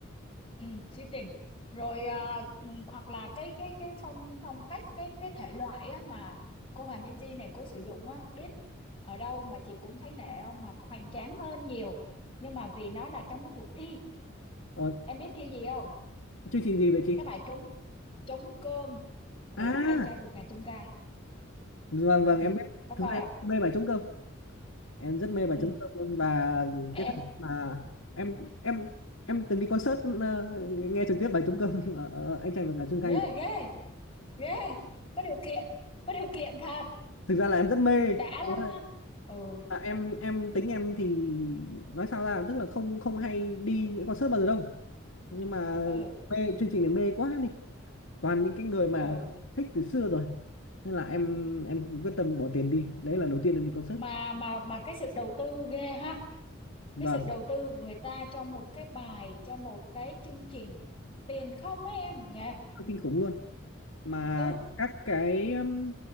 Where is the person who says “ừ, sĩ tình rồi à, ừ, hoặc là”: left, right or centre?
Left